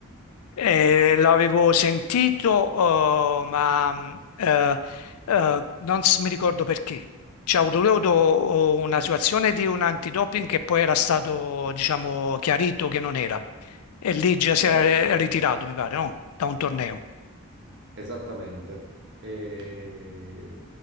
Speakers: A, on the left; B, on the right.
A: Eh, l'avevo sentito, eh, ma mh, eh, eh, non s- mi ricordo perché. C'è avuto lui ha avuto una situazione di un antidoping che poi era stato, diciamo, chiarito che non era. E lì già si
B: Eh,
A: era re-
B: esatto.
A: ritirato, mi pare, no? Da un torneo.
B: Esattamente. E